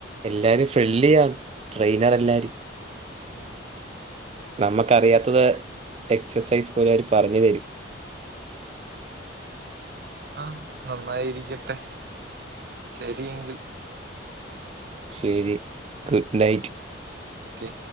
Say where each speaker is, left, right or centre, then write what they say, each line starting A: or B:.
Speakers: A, on the right; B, on the right.
A: എല്ലാരും ഫ്രണ്ട്ലി ആണ്‌ ട്രെയിനർ എല്ലാരും
B: ഉം
A: നമുക്കറിയാത്തത് എക്സസൈസ് പോലെ അവർ പറഞ്ഞു തരും
B: ആഹ് നന്നായിരിക്കട്ടെ ശരിയെങ്കിൽ
A: ശരി ഗുഡ് നൈറ്റ്
B: ഒക്കെ